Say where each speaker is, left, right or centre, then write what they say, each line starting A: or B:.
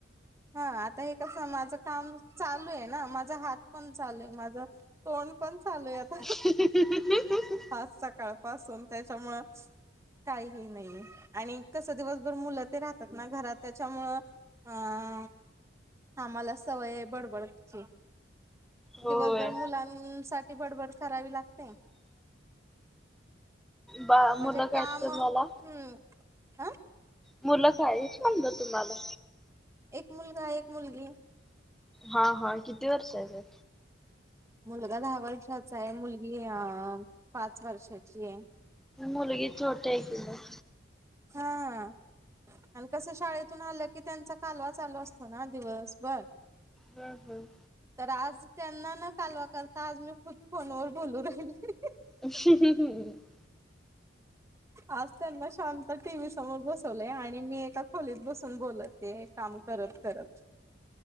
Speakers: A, on the right; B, in the centre.
A: हा आता हे कसं माझं काम चालूय ना. माझा हात पण चालूय. माझं तोंड पण चालूय आता.
B: <unintelligible>
A: आज सकाळपासून त्याच्यामुळं काही हे नाहीये. आणि कस दिवसभर मुलं ते राहतात ना घरात. त्याच्यामुळं हा. आम्हाला सवय हाय बडबड करायची.
B: होय.
A: दिवसभर मुलांना साठी बडबड करावी लागते.
B: बा
A: म्हणजे
B: मुलं काय
A: काम,
B: तुम्हाला?
A: हम्म. अ.
B: मुलं काय हाईत म्हणल तुम्हाला?
A: एक मुलगा एक मुलगी.
B: हा हा! किती वर्षाचे?
A: मुलगा दहा वर्षाचाय. मुलगी अ पाच वर्षाचीय.
B: मुलगी छोटीय की म.
A: हा. आणि कसं शाळेतून आलं की, त्यांचा कालवा चालू असतो ना दिवस भर.
B: हम्म हम्म.
A: आज त्यांना न कालवा करता, आज मी खुद फोनवर बोलू राहिली.
B: <unintelligible>
A: आज त्यांना शांत टीव्ही समोर बस लय. आणि मी एका खोलीत बसून बोलते. हे काम करत करत.